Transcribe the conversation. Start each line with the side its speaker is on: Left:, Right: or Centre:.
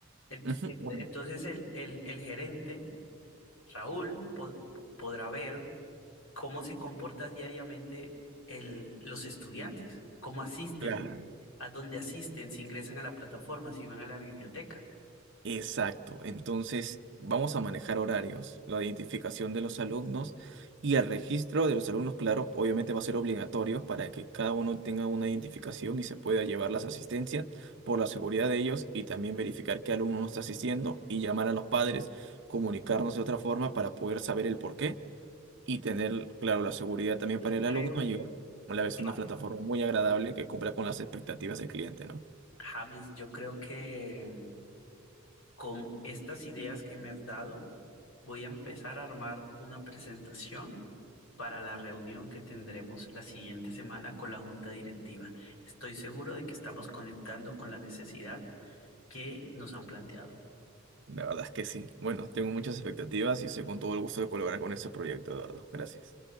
Left: Ent-
Right: <laughs>
Left: ent-
Right: Ujú, bueno,
Left: Entonces el, el, el gerente Raúl po- po- podrá ver cómo se comporta diariamente el- los estudiantes, cómo asisten,
Right: claro.
Left: a dónde asisten, si ingresan a la plataforma, si van a la biblioteca.
Right: Exacto. Entonces, vamos a manejar horarios, la identificación de los alumnos y el registro de los alumnos, claro, obviamente va a ser obligatorio para que cada uno tenga una identificación y se pueda llevar las asistencias por la seguridad de ellos y también verificar qué alumno no está asistiendo y llamar a los padres, comunicarnos de otra forma para poder saber el por qué y tener, claro, la seguridad también
Left: Yo
Right: para el
Left: creo,
Right: alumno y a la vez una
Left: Ja-
Right: plataforma muy agradable que cumpla con las expectativas del cliente, ¿no?
Left: James, yo creo que con estas ideas que me has dado, voy a empezar a armar una presentación para la reunión que tendremos la siguiente semana con la junta directiva. Estoy seguro de que estamos conectando con la necesidad que nos han planteado.
Right: La verdad es que sí. Bueno, tengo muchas expectativas y estoy con todo el gusto de colaborar con este proyecto, Eduardo. Gracias.